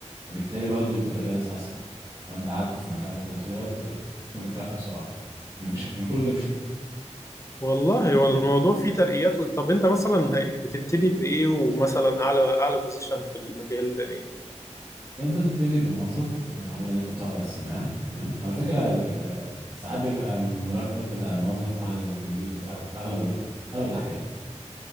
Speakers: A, on the right; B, on the left.
A: وبالتالي برضو الترقيه اسرع لو انت قعدت في مكان فتره طويله بتبقى بت- ممكن ترقى بسرعه لان مفيش ان كله بيمشي
B: والله هو الموضوع فيه ترقيات طب انت مثلا هي- بتبتدي بايه ومثلا اعلى اعلى بوزيشن في المجال ده ايه
A: انت تبتدي بموظف خدمة عملاء اللي انت بتقعد على السماعة تمام على فكرة ال- ساعات بيبقى المرتب بتاع الموظف اعلى من المدير بتاعه في اغلب الوقت اغلب الاحيان